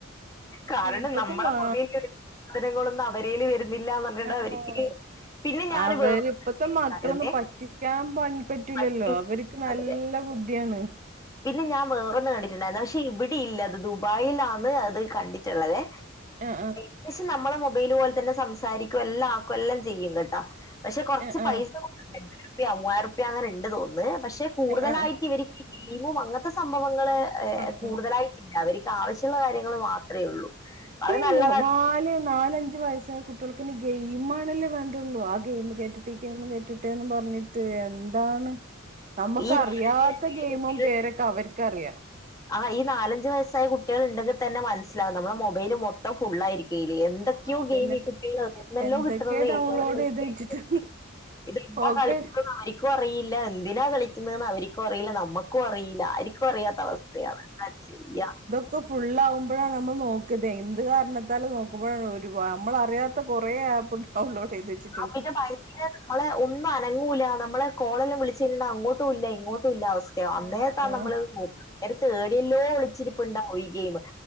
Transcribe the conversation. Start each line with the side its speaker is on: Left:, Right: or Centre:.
Left: കാരണം
Right: ഇപ്പത്തെ
Left: നമ്മുടെ
Right: മാ
Left: മൊബൈൽ എടുക്കണ കാര്യങ്ങളൊന്നും അവ- പെരേല് വരുന്നില്ലാന്ന് പറഞ്ഞിട്ട്
Right: ആഹ്
Left: അവർക്ക്- പിന്നെ ഞാൻ
Right: അവര് ഇപ്പഴത്തെ മക്കളൊന്നും
Left: വേറൊന്നായിരുന്നേ
Right: പറ്റിക്കാൻ പറ്റൂലല്ലോ
Left: മറ്റു
Right: അവര്- നല്ല
Left: അതെ.
Right: ബുദ്ധിയാണ്
Left: പിന്നെ ഞാൻ വേറൊന്ന്‌ കണ്ടിട്ടുണ്ടായിരുന്നു പക്ഷെ ഇവിടെയില്ല അത് ദുബായിൽ ആണ് അത് കണ്ടിട്ടുള്ളതെ
Right: ആഹ് ആഹ്
Left: അത്യാശം നമ്മളെ മൊബൈൽ പോലെ തന്നെ സംസാരിക്കും എല്ലാം ആക്കും എല്ലാം ചെയ്യും കേട്ടാ പക്ഷെ കുറച്ച്
Right: ആഹ് ആഹ്
Left: പൈസ
Right: ആഹ്
Left: പ്യ മൂവ്വായിരം റുപ്യ അങ്ങനെ ഉണ്ട് തോന്നന്ന് പക്ഷെ കൂടുതലായിട്ട്
Right: ആഹ് ആഹ്
Left: ഇവര് ഇങ്ങും അങ്ങനത്തെ സംഭവങ്ങള്കൂടുതലായിട്ടില്ല
Right: ആഹ്
Left: അവർക്ക് ആവശ്യമുള്ള കാര്യങ്ങൾ മാത്രേ ഉള്ളൂ
Right: ഇപ്പൊ
Left: അത്
Right: ഈ
Left: നല്ലതാണ്
Right: മൂ നാല് നാലഞ്ച് വയസ്സായ കുട്ടികൾക്കിന് ഗെയിമാണല്ലേ വേൺ ട്ടുള്ളൂ ആഹ് ഗെയിം കേറ്റിട്ട് ഈ ഗെയിം കേറ്റട്ടേന്ന് പറഞ്ഞിട്ട് എന്താണ് നമുക്കറിയാത്ത
Left: ഈ നാലഞ്ച് വയസ്സിലെ
Right: ഗെയിമും
Left: കുട്ടികൾ
Right: പേരൊക്കെ അവർക്കറിയാം
Left: ആഹ് ഈ നാലഞ്ച് വയസ്സായ കുട്ടികൾ ഉണ്ടെങ്കിൽ തന്നെ മനസ്സിലാവും നമ്മള മൊബൈല് മൊത്തം ഫുൾ ആയിരിക് ഈലി എന്തൊക്കെയോ
Right: ആഹ് അതന്നെ
Left: ഗെയിമി കുട്ടികൾ ആകുന്നല്ലോ
Right: എന്തൊക്കെ
Left: കിട്ടുന്നത് <unintelligible>
Right: ഡൗൺലോഡ് ചെയ്ത് വെച്ചിട്ട്
Left: ഇത് ഇപ്പ
Right: ഒക്കെ
Left: കളിക്കും അവര് ക്ക് അറിയില്ല എന്തിനാ കളിക്കുന്നെന്ന് അവര്ക്കും അറിയില്ല നമ്മുക്കും അറിയില്ല ആരിക്ക് ക്കും അറിയാത്ത അവസ്ഥയാണ് ന്താ ചെയ്യാ
Right: ഇത് ഫുള്ളാവുമ്പഴാണ് നമ്മൾ നോക്ക ഇതേ എന്ത് കാരണത്താലും നോ വ ഒരു പാ നമ്മള അറിയാത്ത കുറെ ആപ്പ് ഡൗൺലോഡ് ചെയ്ത് വെച്ചി
Left: അഹ് പിന്നെ <unintelligible> നമ്മള ഒന്നും അനങ്ങൂല്ല നമ്മള് കോളെല്ലാം വിളിച്ചു <unintelligible> അങ്ങോട്ടു ഇല്ല ഇങ്ങോട് ടുല്ല അവസ്ഥയാ അന്നേത്താ
Right: ആഹ്
Left: നമ്മള് നോക തേടിയല്ലോ ഒളിച്ചിരിപ്പ് ഉണ്ടാവു ഈ ഗയിം